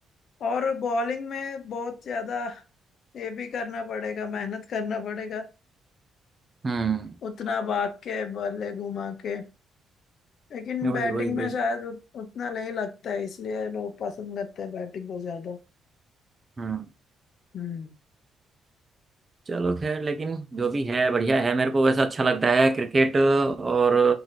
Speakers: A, on the left; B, on the right.
A: और बॉलिंग में बहुत ज्यादा ये भी करना पड़ेगा मेहनत करना पड़ेगा
B: हम्म
A: उतना भाग के बल्ले घुमा के लेकिन
B: वही
A: बैटिंग
B: वही वही
A: में शायद उत, उतना नहीं लगता है इसलिए लोग पसंद करते हैं बैटिंग को ज्यादा
B: हम्म
A: हम्म
B: चलो खैर लेकिन जो भी है बढ़िया है मेरे को वैसा अच्छा लगता है क्रिकेट और